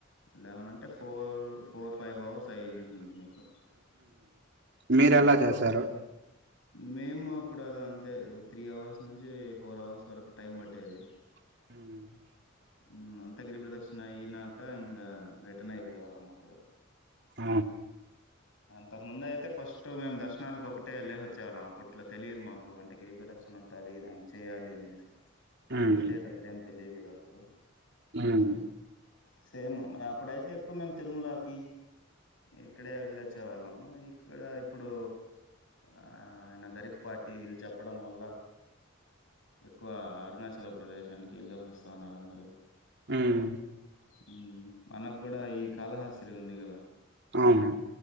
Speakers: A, on the left; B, on the right.
A: లెవెన్ అంటే ఫోర్ ఫోర్ ఫైవ్ అవర్స్ పైనట్టుండి మీకు
B: మీరు
A: ఆ!
B: ఎలా చేసారు
A: మేము అప్పుడు అదంతే త్రీ అవర్స్ నుంచి ఫోర్ అవర్స్ వరకు టైం పట్టేది
B: ఉమ్
A: హ్మ్మ్ అంత గిరి ప్రదక్షన అయినాక ఇంకా రిటర్న్ అయిపోయేవాళ్ళము అప్పుడు
B: ఆ
A: ఇంతకు ముందు అయితే ఫస్ట్ మేము దర్శనానికి ఒకటే వెళ్ళే చ్చే వాళ్ళం అప్పట్లో తెలియదు మాకు అంటే గిరి ప్రదక్షిణ ఉంటది దాని చేయాలి అనేసి
B: ఉమ్
A: ప్రత్యేకతలు ఏం తెలిదు కదా అప్పుడు
B: ఉమ్
A: సేమ్ మేం అప్పుడైతే ఎక్కువ మేము తిరుమలకి ఇక్కడే వెళ్ళచ్చే వాళ్ళము ఇక్కడ ఇప్పుడు ఆ ఆయన గరికపాటి వీళ్ళు చెప్పడం వల్ల ఎక్కువ అరుణాచల ప్రదేశానికి వెళ్ళేసి సోస్తాన్నారు అందరు
B: ఉమ్
A: హ్మ్మ్ మనకు కూడా ఈ కాలహాస్తి ఉంది కదా
B: అవును